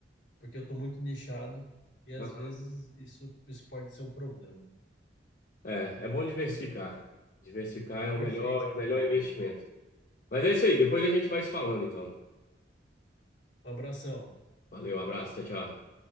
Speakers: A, on the left; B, on the left.
A: porque eu estou muito nichado e às
B: aham.
A: vezes isso, isso pode ser um problema.
B: é, é bom diversificar. Diversificar é o
A: Perfeito,
B: melhor,
A: então,
B: o melhor
A: meu amigo.
B: investimento. Mas é isso aí, depois a gente vai se falando, então.
A: Um abração.
B: Valeu, abraço, tchau, tchau.